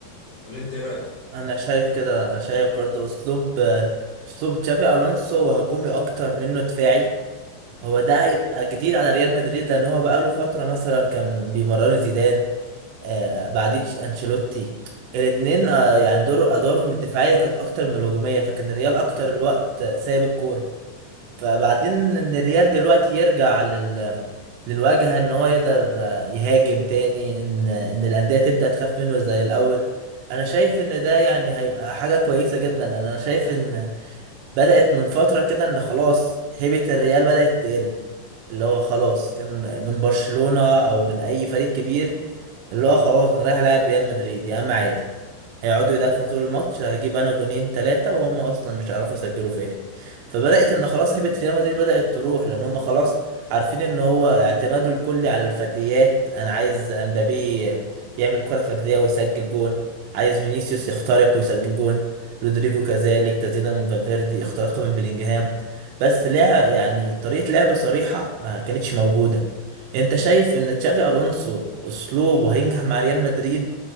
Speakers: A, on the left; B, on the right.
A: ولا أنت إيه رأيك؟
B: انا شايف كده أنا شايف برضو اسلوب أه، اسلوب تشافي الونسو وهجومي اكتر منه دفاعي هو ده هيبقى جديد على ريال مدريد لان هو بقاله فتره مثلا كان بيمرنوا زيدان آه، بعديه انشيلوتي الاتنين آه، يعني دور ادوارهم الدفاعيه كانت اكتر من الهجوميه فكان الريال اكتر الوقت آه، سايب الكوره فبعدين ان الريال دلوقتي يرجع لل للواجهة ان هو يقدر آه، يهاجم تاني ان ان الأندية تبدأ تخاف منه زي الأول انا شايف ان ده يعني هيبقى حاجة كويسة جدا لان انا شايف ان بدأت من فترة كده ان خلاص هيبة الريال بدأت تقل اللي هو خلاص كان من برشلونة او من اي فريق كبير اللي هو خلاص انا رايح العب ريال مدريد يا عم عادي هيقعدوا يدافعوا طول الماتش هجيب انا جونين ثلاثة وهم اصلا مش هيعرفوا يسجلوا فيا فبدأت ان خلاص هيبة ريال مدريد بدأت تروح لان هم خلاص عارفين ان هو اعتماده الكلي على الفتيات انا عايز امبابي يعمل كرة فردية ويسجل جون عايز فينيسيوس يخترق ويسجل جون رودريجو كذلك تسديدة من فالفيردي اختراقها من بلينجهام بس لعب يعني طريقة لعب صريحة ما كانتش موجودة انت شايف ان تشافي الونسو اسلوبه هينجح مع ريال مدريد